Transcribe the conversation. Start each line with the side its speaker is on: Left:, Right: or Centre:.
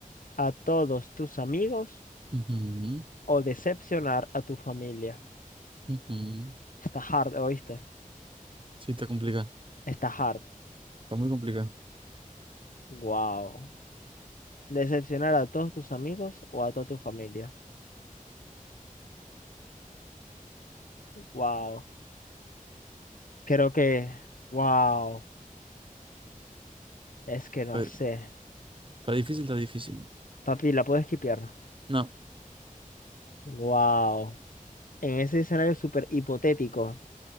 Left: a todos tus amigos
Right: Ujú,
Left: o decepcionar a tu familia.
Right: ujú.
Left: Está hard, ¿oíste?
Right: Sí, está complicado.
Left: Está hard.
Right: Está muy complicado.
Left: Wow. Decepcionar a todos tus amigos o a toda tu familia. Wow. Creo que, wow, es que no
Right: Está,
Left: sé.
Right: está difícil, está difícil.
Left: Papi, ¿la puedo esquipear?
Right: No,
Left: Wow. En ese escenario súper hipotético,